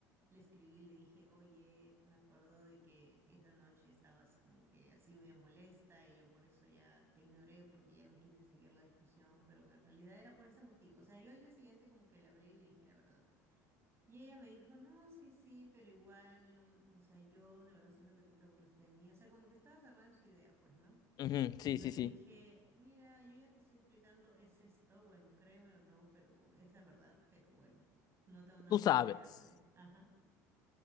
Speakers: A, on the right; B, on the left.
A: le escribí, y le dije, oye, me acuerdo de que esa noche estabas como que así medio molesta y yo por eso ya te ignoré porque ya no quise seguir la discusión, pero en realidad era por ese motivo. O sea, yo al día siguiente como que le hablé y le dije la verdad. Y ella me dijo, no, sí, sí, pero igual, no o sea, yo de verdad siento que tú te burlaste de mí. O sea, como que estaba cerrada en su idea, pues, ¿no?
B: Ujú,
A: Y
B: sí,
A: yo
B: sí,
A: le
B: sí.
A: dije, mira, yo ya te estoy explicando, es esto, bueno, créeme o no, pero es la verdad, pero bueno, no tengo nada
B: Tú
A: más
B: sabes.
A: que agregarte. Ajá,